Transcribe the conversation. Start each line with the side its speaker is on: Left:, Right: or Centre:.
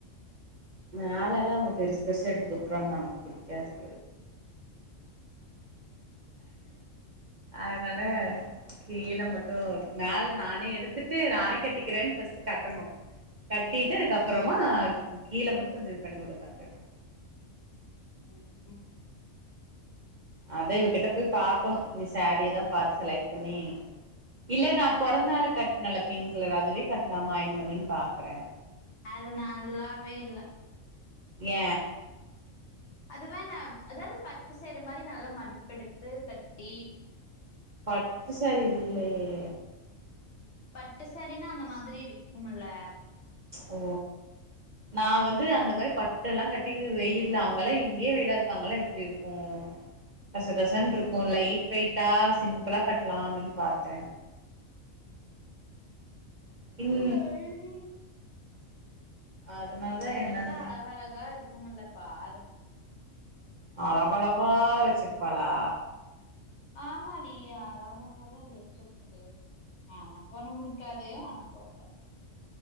Right: மேலலா அவங்க பெருசுபெருசா எடுத்து உட்ருவாங்க நமக்கு புடிக்காது அதனால கீழ மட்டு மேல நானே எடுத்துட்டு நானே கட்டிக்கிறேன்னு ஃப்ஸ்ட் கட்டணு கட்டிட்டு அதுக்கப்புறமா
Left: ம்
Right: கீழ மட்டு கொஞ்ச இத பண்ணி வுடுங்க அப்டின்டு
Left: ஓ ம்
Right: அதா இவகிட்ட போய் பாக்கணு இனி சாரியதா பாத்து செலக்ட் பண்ணி இல்ல நா பொறந்த நாளுக் கட்னல்ல பிங்க் கலர் அதுவே கட்லாமா அயின் பண்ணின் பாக்குறே
Left: அது நல்லாவேயில்ல
Right: ஏ
Left: அதுவேணா அதாவ்து பட்டு சேரி மாரி நல்லா மடிப்பெடுத்து கட்டி
Right: பட்டு சாரி இல்லயே
Left: பட்டுசாரின்னா அந்த மாதிரி இருக்குமல்ல
Right: ஓ நா வந்து அந்த மாரி பட்டல்லா கட்டி வெயில்ல அங்கல்லா இங்கயே வெயிலா இருக்கு அங்கல்லா எப்டி இருக்கு கசகசன்ருக்கு லைட் வெயிட்டா சிம்பிளா கட்லா அப்டின் பாத்தே
Left: ஹ
Right: இன் அதனாலதா
Left: அவகிட்டதா
Right: என்னன்னு
Left: அழகழகா இருக் குமல்ல பாரு
Right: அழகழகா வச்சிருப்பாலா
Left: ஆமாடி அழகழகா இது வச்சிருக்குது எனக்கொன்னும் புடிக்காது ஆனா சொல்றே